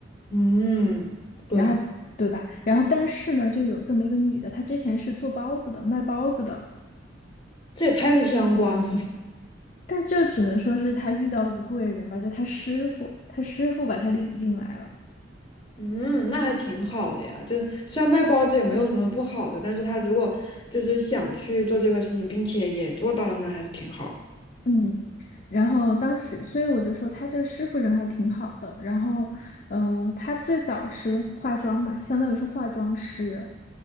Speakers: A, on the left; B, on the left.
A: 嗯，对，
B: 然后，对吧？然后，但是呢，就有这么一个女的，她之前是做包子的，卖包子的，
A: 这也太不相关了。
B: 但就只能说是她遇到了个贵人吧，就她师傅，她师傅把她领进来了。
A: 嗯，那还挺好的呀。就是虽然卖包子也没有什么不好的，但是他如果就是想去做这个事情，并且也做到了，那还是挺好的。
B: 嗯，然后当时，所以我就说他这个师傅人还挺好的。然后，呃，他最早是化妆嘛，相当于是化妆师。